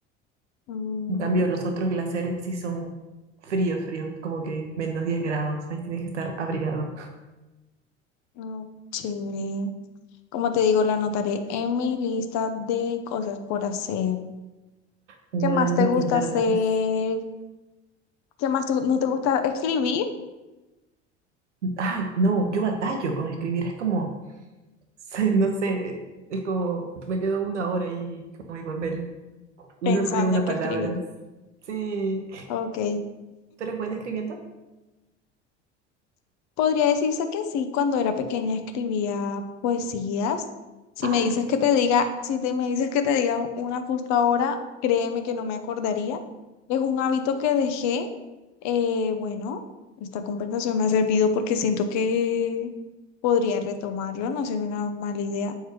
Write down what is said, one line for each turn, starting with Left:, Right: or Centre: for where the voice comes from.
Left: Mm,
Right: En cambio, los otros glaciares sí son fríos, fríos, como que menos 10 grados, ahí tienes que estar abrigado.
Left: no, chévere. Como te digo, lo anotaré en mi lista de cosas por hacer.
Right: Tengo
Left: ¿Qué más
Right: ganas
Left: te
Right: de
Left: gusta
Right: pintar
Left: hacer?
Right: otra vez.
Left: ¿Qué más te- no te gusta escribir?
Right: Ay, no, yo batallo con escribir, es como, <laughs> sí, no sé, es como, me quedo una hora ahí con mi papel y
Left: Pensando
Right: solo escribo una
Left: en qué
Right: palabra.
Left: escribir.
Right: Sí,
Left: Ok.
Right: ¿tú eres buena escribiendo?
Left: Podría decirse que sí, cuando era pequeña escribía poesías. Si
Right: Ay,
Left: me dices
Right: ¿qué?
Left: que te diga, si te, me dices que te diga una justo ahora, créeme que no me acordaría. Es un hábito que dejé. Eh, bueno, esta conversación me ha servido porque siento que podría retomarlo, no sería una mala idea,